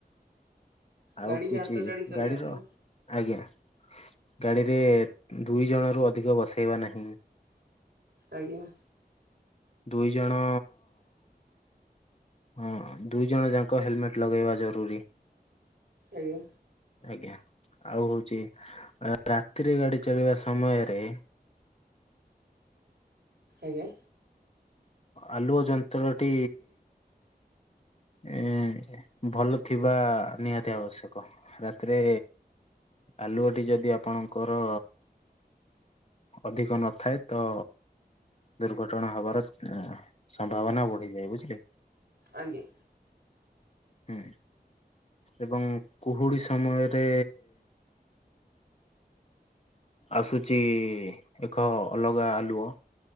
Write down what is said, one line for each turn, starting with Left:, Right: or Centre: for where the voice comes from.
Left: ଆଉ
Right: ଗାଡିକି
Left: କିଛି
Right: ହାତ ଛାଡି ଚଲେଇବନି।
Left: ଗାଡିର, ଆଜ୍ଞା। ଗାଡିରେ ଦୁଇ ଜଣ ରୁ ଅଧିକ ବସେଇବା ନାହିଁ।
Right: ଆଜ୍ଞା।
Left: ଦୁଇ ଜଣ। ହଁ, ଦୁଇ ଜଣ ଯାକ ହେଲମେଟ ଲଗେଇବା ଜରୁରୀ।
Right: ଆଜ୍ଞା।
Left: ଆଜ୍ଞା। ଆଉ ହଉଛି ରାତିରେ ଗାଡି ଚଲିବା ସମୟରେ
Right: ଆଜ୍ଞା।
Left: ଆଲୁଅ ଯନ୍ତ୍ରଟି ଉ ଭଲ ଥିବା ନିହାତି ଆବଶ୍ୟକ। ରାତିରେ ଆଲୁଅଟି ଯଦି ଆପଣଙ୍କର ଅଧିକ ନଥାଏ ତ ଦୁର୍ଘଟଣା ହବାର ସମ୍ଭାବନା ବଢିଯାଏ ବୁଝିଲେ।
Right: ଆଜ୍ଞା।
Left: ହୁଁ ଏବଂ କୁହୁଡ଼ି ସମୟରେ ଆସୁଛି ଏକ ଅଲଗା ଆଲୁଅ।